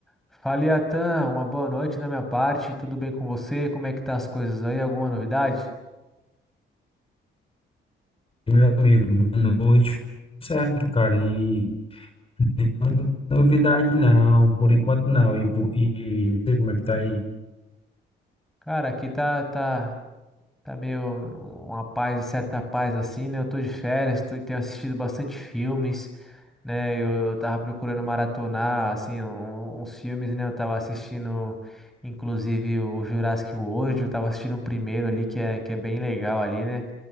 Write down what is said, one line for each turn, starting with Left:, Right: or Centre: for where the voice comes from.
Centre: Fala, Iatan, uma boa noite da minha parte. Tudo bem com você? Como é que tá as coisas aí? Alguma novidade?
Left: Meu amigo, boa noite. Certo, cara. E nenhuma novidade não, por enquanto não. E, por- e não sei como é que tá aí.
Centre: Cara, aqui tá, tá. Tá meio uma paz, certa paz assim, né? Eu tô de férias, tô, tenho assistido bastante filmes, né? Eu, eu tava procurando maratonar, assim, um- uns filmes, né? Eu tava assistindo, inclusive, o Jurassic World, eu tava assistindo o primeiro ali, que é, que é bem legal ali, né?